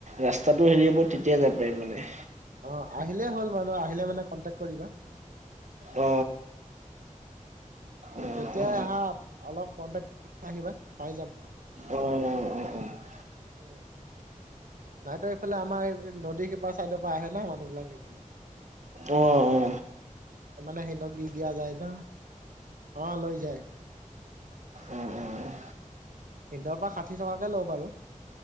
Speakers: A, on the right (about 60°); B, on the right (about 80°).
A: ৰাস্তাটো হেৰি হ'ব মই তেতিয়া যাব পাৰিম মানে।
B: অ আহিলেই হ'ল মানুহ আহিলে মানে কণ্টেক্ট কৰিবা
A: অ অ'
B: যেতিয়াই
A: অ'
B: আহা অলপ কন্টেক্ট কৰি আহিবা পাই যাম
A: অ অ অহ
B: তাহাঁতৰ এইফালে আমাৰ এই নদী সিপাৰৰ চাইডৰ পৰা আহে ন মানুহবিলাক নিবলে।
A: অ-অ
B: মানে সিহঁতক দি দিয়া যায় ন, অ লৈ যায়।
A: অ' অ'।
B: সিহঁতৰ পৰা ষাঠি টকাকে ল‌ওঁ বাৰু